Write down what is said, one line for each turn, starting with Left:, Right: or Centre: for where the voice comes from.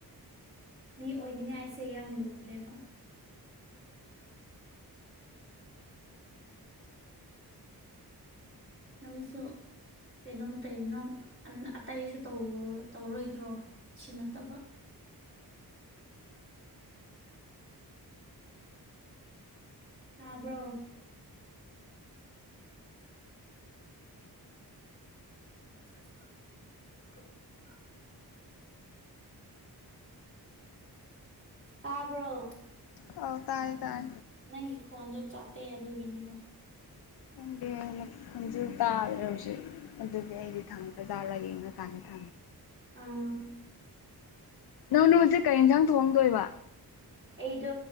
Right: ꯃꯤ ꯑꯣꯏꯅꯤꯡꯉꯥꯏꯁꯦ ꯌꯥꯝ ꯂꯨꯔꯦꯕ ꯅꯪꯁꯨꯣ ꯀꯩꯅꯣꯝ ꯀꯩꯅꯣꯝ ꯑꯇꯩꯁꯨ ꯇꯧꯔꯣꯏꯗ꯭ꯔꯣ ꯁꯤ ꯅꯠꯇꯕ <inaudible> ꯇꯥꯕ꯭ꯔꯣ <unintelligible> ꯇꯥꯔꯕꯣ
Left: ꯍꯧ ꯇꯥꯏ ꯇꯥꯏ
Right: ꯅꯪꯒꯤ ꯈꯣꯟꯗꯣ ꯆꯞꯄꯦ ꯑꯗꯨꯒꯤꯅꯤꯗꯥ
Left: ꯈꯪꯗꯦꯅ ꯈꯟꯖꯤ ꯇꯥꯗ꯭ꯔꯦ ꯍꯧꯖꯤꯛ ꯑꯗꯨꯗꯤ ꯑꯩꯗꯤ ꯊꯪꯕ꯭ꯔꯖꯥꯔꯥ ꯌꯦꯡꯉ ꯀꯥꯟꯗ
Right: <inaudible>
Left: ꯊꯝꯦ
Right: ꯎꯝ
Left: ꯅꯪꯅ ꯍꯧꯖꯤꯛ ꯀꯔꯤ ꯌꯦꯟꯖꯥꯡ ꯊꯣꯡꯗꯣꯏꯕ
Right: ꯑꯩꯗꯣ